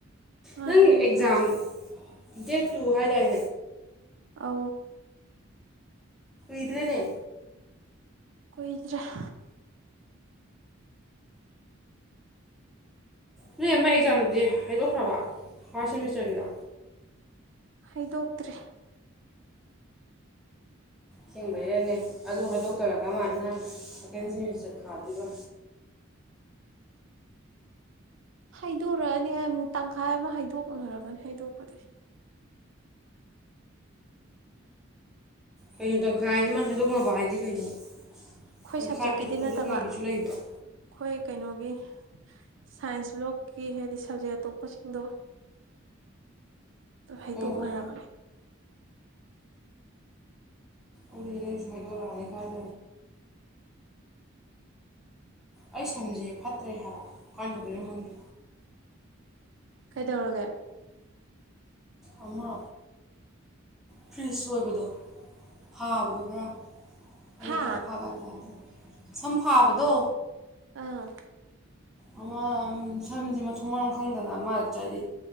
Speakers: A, on the right; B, in the centre.
A: ꯃꯥꯅꯦ
B: ꯅꯪ ꯑꯦꯛꯖꯥꯝ
A: ꯅꯨꯃꯤꯠ
B: ꯗꯦꯠ ꯇꯨ ꯍꯥꯏꯥꯏꯗꯏ
A: ꯑ
B: ꯤꯗꯔꯅꯦ
A: ꯀꯣꯏ ꯗꯔꯦ
B: ꯅ ꯑꯃ ꯑꯦꯛꯖꯥꯝꯗꯨꯗꯤ ꯍꯥꯏꯗꯣꯛꯈ꯭ꯔꯕ ꯐꯥꯔꯁ ꯁꯦꯃꯤꯁꯇꯔꯒꯤꯗꯣ
A: ꯍꯩꯗꯣꯛꯇ꯭ꯔꯔꯤ
B: ꯊꯦꯡꯕꯩꯔꯅꯦ ꯑꯗꯨ ꯍꯥꯏꯗꯣꯛ ꯇꯧꯔꯀ ꯃꯥꯜꯂꯦ ꯑ ꯀꯦꯟꯁꯁ ꯈꯥꯗꯨꯕ
A: ꯍꯥꯏꯗꯣꯔꯛꯑꯅꯤ ꯇꯪꯈꯥꯏ ꯑꯃ ꯍꯥꯏꯩꯗꯣꯛꯅꯔꯕꯅꯤ ꯍꯥꯏꯩꯗꯣꯛꯄꯗꯤ
B: ꯀꯩꯅꯣ ꯇꯪꯈꯥꯏ ꯑꯃ ꯍꯥꯏꯗꯣꯛꯅꯕ ꯍꯥꯏꯗꯤ ꯀꯩꯅꯣ
A: ꯑꯩꯈꯣꯏ
B: ꯇꯈꯥꯏ
A: ꯁꯕꯖꯦꯛꯀꯤꯗꯤ
B: ꯍꯣꯏꯗꯣꯛꯅꯕꯤꯁꯨ
A: ꯅꯠꯇꯕ
B: ꯂꯩꯕ
A: ꯑꯩꯈꯣꯏ ꯀꯩꯅꯣꯒꯤ ꯁꯥꯏꯟꯁꯂ ꯀ ꯍꯦꯁ ꯁꯖꯩ ꯑꯇꯣꯞꯄꯁꯤꯡꯗꯣ ꯍꯩꯗꯣꯛꯅꯔꯕꯅꯦ
B: ꯑꯣ ꯑꯣ
A: <inaudible>
B: ꯑꯗꯤꯅꯦꯁꯒꯅꯤꯀꯜ ꯑꯩ ꯁꯝꯁꯦ ꯐꯠꯇ꯭ꯔꯦ ꯍꯥꯏꯕ ꯀꯃꯥꯏꯅ ꯇꯧꯕꯤꯅꯣ ꯈꯪꯗꯣ
A: ꯀꯩꯗꯧꯔꯒꯦ
B: ꯑꯃ ꯐ꯭ꯔꯤꯖ ꯑꯣꯏꯕꯗꯣ ꯊꯥꯕꯗꯣ ꯈꯔ ꯑꯗꯨꯗ
A: ꯍꯥ
B: ꯈꯔ ꯐꯥꯒ ꯂ ꯁꯝ ꯐꯥꯕꯗꯣ
A: ꯑꯥ
B: ꯑꯃ ꯁꯝꯁꯦ ꯃꯊꯣꯡ ꯃꯔꯝ ꯈꯪꯗꯅ ꯑꯃ ꯍꯥꯏꯗꯤ